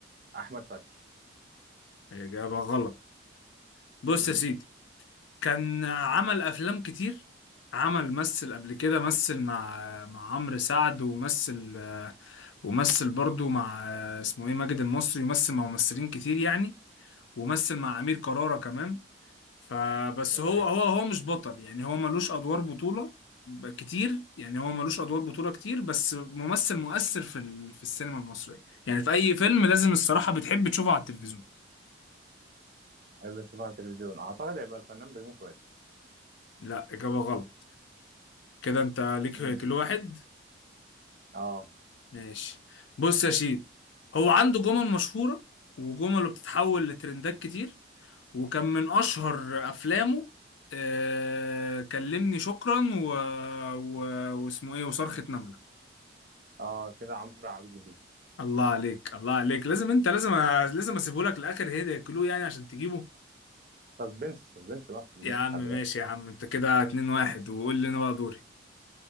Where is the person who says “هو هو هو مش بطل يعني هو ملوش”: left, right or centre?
Left